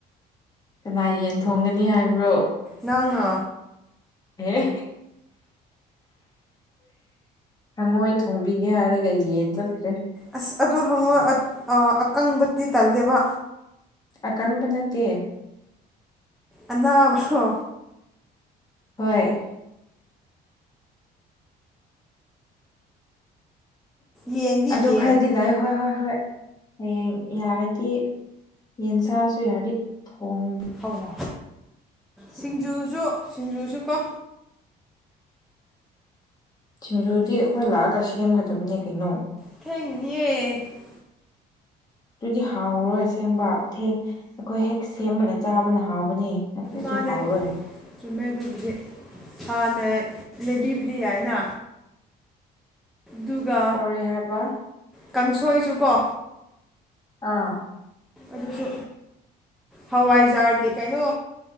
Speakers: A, on the left; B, in the centre.
A: ꯀꯅꯥ ꯌꯦꯟ ꯊꯣꯡꯒꯅꯤ ꯍꯥꯏꯕ꯭ꯔꯣ
B: ꯅꯪꯅ
A: ꯑꯦ ꯍꯪꯉꯣꯏ ꯊꯣꯡꯕꯤꯒꯦ ꯍꯥꯏꯔꯒ ꯌꯦꯟ ꯆꯠꯈ꯭ꯔꯦ
B: ꯑꯁ ꯑꯗꯨ ꯍꯪꯉꯣꯏ ꯑ-ꯑꯀꯪꯕꯗꯤ ꯇꯜꯂꯦꯕ
A: ꯑꯀꯪꯕ ꯅꯠꯇꯦ
B: ꯑꯅꯥꯕꯔꯣ
A: ꯍꯣꯏ
B: ꯌꯦꯟꯗꯤ
A: ꯑꯗꯣ
B: ꯌꯦꯟ
A: ꯈ꯭ꯔꯗꯤ ꯂꯩ ꯍꯣꯏ ꯍꯣꯏ ꯍꯣꯏ ꯍꯌꯦꯡ ꯌꯥꯔꯗꯤ ꯌꯦꯟꯁꯥꯁꯨ ꯌꯥꯔꯗꯤ ꯊꯣꯡ
B: ꯍꯧꯔꯣ ꯁꯤꯡꯖꯨꯁꯨ ꯁꯤꯡꯖꯨꯁꯨ ꯀꯣ
A: ꯁꯤꯡꯖꯨꯗꯤ ꯑꯩꯈꯣꯏ ꯂꯥꯛꯑꯒ ꯁꯦꯝꯒꯗꯕꯅꯦ ꯀꯩꯅꯣ
B: ꯊꯦꯡꯅꯤꯌꯦ
A: ꯑꯗꯨꯗꯤ ꯍꯥꯎꯔꯣꯏ ꯑꯁꯦꯡꯕ ꯊꯦꯡ ꯑꯩꯈꯣꯏ ꯍꯦꯛ ꯁꯦꯝꯂꯒ ꯆꯥꯕꯅ ꯍꯥꯎꯕꯅꯦ ꯅꯠꯇ꯭ꯔꯗꯤ
B: ꯃꯥꯅꯦ
A: ꯍꯥꯎꯔꯣꯏ
B: ꯆꯨꯝꯃꯦ ꯑꯗꯨꯕꯨꯗꯤ ꯍꯥꯟꯅ ꯂꯩꯕꯤꯕꯗꯤ ꯌꯥꯏꯅ ꯑꯗꯨꯒ
A: ꯀꯣꯔꯤ ꯍꯥꯏꯕ
B: ꯀꯥꯡꯁꯣꯏꯁꯨ ꯀꯣ
A: ꯑꯥ
B: ꯑꯗꯨꯁꯨ ꯍꯋꯥꯏꯖꯥꯔꯒꯤ ꯀꯩꯅꯣ